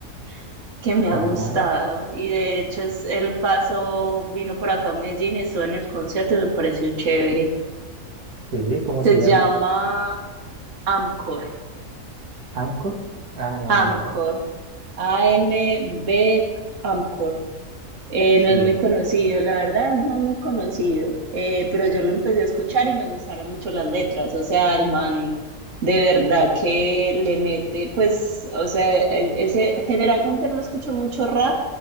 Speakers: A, on the right (about 55°); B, on the right (about 80°).
A: <laughs> que me
B: Ajá,
A: ha gustado y de hecho es el paso, vino por acá a Medellín, estuve en el concierto y me pareció chévere.
B: sí, ¿cómo
A: Se
B: se llama?
A: llama Amcor,
B: ¿Anchor? Ah, no,
A: Amcor,
B: ni idea.
A: A-M-B Amcor. Eh,
B: Sí,
A: no es muy conocido, la verdad, no es muy conocido, eh, pero yo lo empecé a escuchar y me gustaron mucho las letras, o sea, el man de verdad que le mete, pues, o sea, el- ese, generalmente no escucho mucho rap,